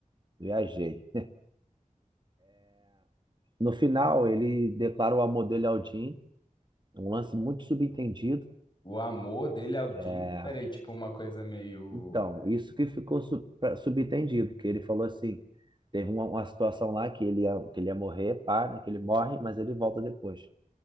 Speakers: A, on the right; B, on the left.
A: viajei. No final, ele declara o amor dele ao Jim, um lance muito subentendido.
B: O amor dele ao
A: É,
B: Jim, peraí, tipo uma coisa meio.
A: então, isso que ficou su- pra- subentendido, que ele falou assim, teve uma, uma situação lá que ele, ia, que ele ia morrer, pá, né, que ele morre, mas ele volta depois.